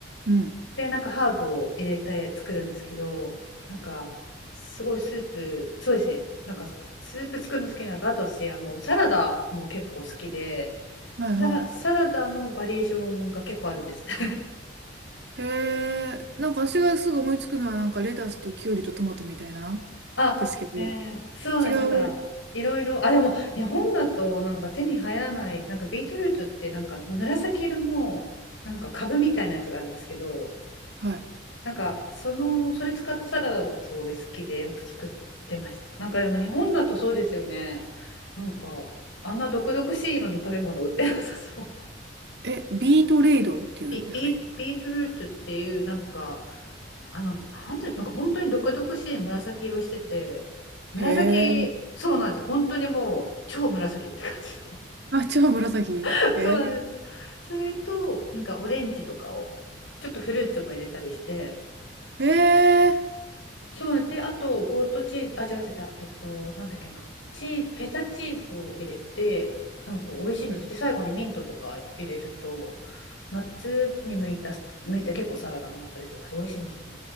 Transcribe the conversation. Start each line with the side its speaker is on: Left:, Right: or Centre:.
Right: うん。
Left: でなんかハーブを入れて作るんですけどなんかすごいスープそうですねなんかスープ作るの好きなのとあと私あのサラダも結構好きで
Right: はいは
Left: サラ、サラダのバリエーションが結構あるんです <laughs>
Right: い。へえ、なんか私がすぐ思いつくのはなんかレタスとキュウリとトマトみたいな、
Left: あ、
Right: ですけど、
Left: えーそうなんです。
Right: 違う。
Left: だから、いろいろ、あ、でも、日本だと、なんか手に入らない、なんかビートルートって、なんか紫色の、なんか株みたいなやつがあるんですけど、
Right: はい。
Left: なんか、その、それ使ったサラダとかすごい好きで、よく作ってました。なんかでも、日本だとそうですよね。なんか、あんな毒々しい色の食べ物売ってなさそう。
Right: え、ビートレイドっていう野菜ですか
Left: ビ、ビ、ビートルートっていう、なんか、あの、なんてなんか本当に毒々しい紫色してて、紫、
Right: へえ。
Left: そうなんですよ。本当にもう超紫って感じの。
Right: あ、違う、紫。
Left: <laughs>
Right: へえ。
Left: そうなんです。それと、なんかオレンジとかを、ちょっとフルーツも入れたりして、
Right: へえ。
Left: そうなんで、あと、ゴートチーズ、あ、違う違う違う、えっと、なんだっけな、チーズ、フェタチーズを入れて、なんか美味しいんですよ。
Right: うん
Left: で、最後にミントとか入れると、夏に向いた、向いた結構サラダになったりとかして美味しいんですよ。